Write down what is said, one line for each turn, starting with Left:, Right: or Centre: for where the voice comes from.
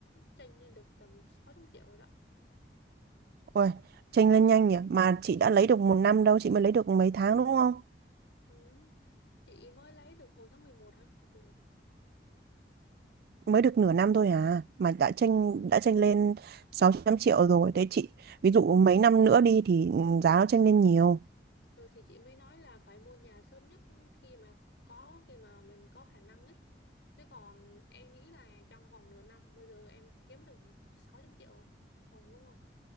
Left: chênh lên được tầm 600 triệu rồi đó
Right: Ôi, tranh lên nhanh nhỉ mà chị đã lấy được một năm đâu chị mới lấy được mấy tháng đúng không
Left: ừ. chị mới lấy được hồi tháng 11 hả ừ.
Right: mới được nửa năm thôi à mà đã tranh đã tranh lên 600 triệu rồi thế chị ví dụ mấy năm nữa đi thì ừ, giá nó tranh lên nhiều
Left: Rồi thì chị mới nói là phải mua nhà sớm nhất khi mà có khi mà mình có khả năng ấy. Thế còn em nghĩ là trong vòng nửa năm bây giờ em kiếm được 600 triệu không đúng không?